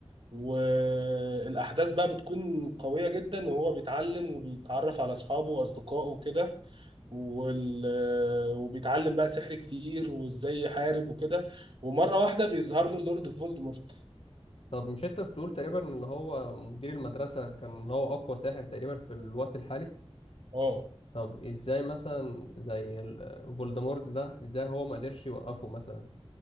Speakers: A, on the right; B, on the left.
A: والأحداث بقى بتكون قوية جدا وهو بيتعلم وبيتعرف على أصحابه وأصدقائه وكده وال... وبيتعلم بقى سحر كتير وازاي يحارب وكده ومره واحده بيظهر له اللورد فولدمورت
B: طب مش انت بتقول تقريبا اللي هو مدير المدرسة كان هو أقوى ساحر تقريبا في الوقت الحالي
A: اه
B: طب ازاي مثلا زي ال- فولدمورت ده ازاي هو ما قدرش يوقفه مثلا